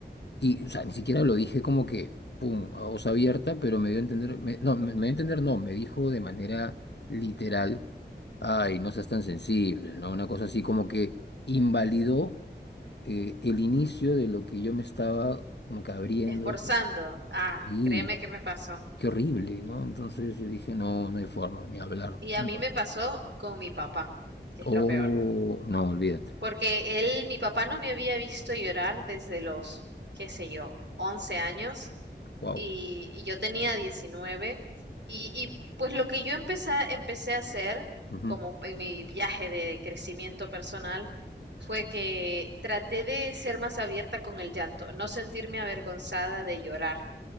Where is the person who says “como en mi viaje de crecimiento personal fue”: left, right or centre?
Right